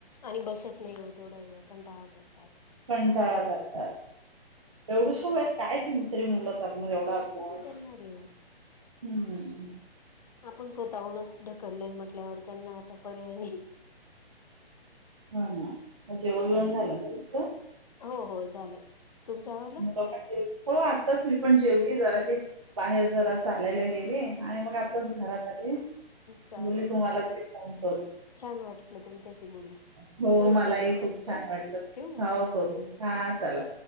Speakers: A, on the left; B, on the right.
A: आणि बसत नाही मग तेवढा वेळ कंटाळा करतात.
B: कंटाळा करतात. एवढूशा वेळेत काय ति तरी मुलं करणं एवढ पॉझ
A: काय
B: <inaudible>
A: करणार आहे हो
B: हम्म्
A: आपण स्वतःहूनच ढकललंय म्हटल्यावर त्यांना आता पर्याय नाही.
B: ह ना मग जेवन-बिवन झालं ना तिचं?
A: हो, हो झालं. तुमचं आवरलं
B: <unintelligible> हो आत्ताच मी पण जेवलीए जराशी बाहेर जरा चालायला गेले. आणि मग आताच घरात आले.
A: चालेल
B: बोली तुम्हाला तरी फोन करू. <inaudible>
A: छान वाटलं तुमच्याशी बोलून
B: हो
A: करू
B: मलाही
A: परत कॉल
B: खूप छान
A: हा
B: वाटलं.
A: ठेवू मग
B: ह
A: हा
B: हो. हा चारल.